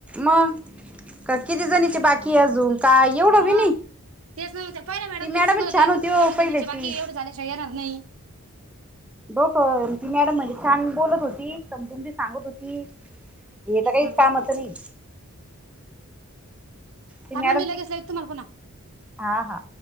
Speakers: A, in the centre; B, on the right (about 65°).
A: मग का किती जणीची बाकीय अजून काय एवढं बी
B: मग
A: नाही
B: तेच नव्ह त्या पहिल्या
A: ती
B: मॅडम
A: मॅडमच
B: किती सांगत होत्या.
A: छान होती हो
B: एवढ्या
A: पहिल्याची
B: जणीचे बाकीय एवढं झाल्याशिवाय येणार नाही.
A: हो मॅडम म्हणजे छान बोलत होती समजून बी सांगत होती. हे
B: तेच
A: तर काहीच
B: ना वो.
A: कामाचं नाही ती
B: हा
A: मॅडम
B: मी
A: ती
B: लगेच लगी तुम्हाला पुन्हा.
A: हा, हा.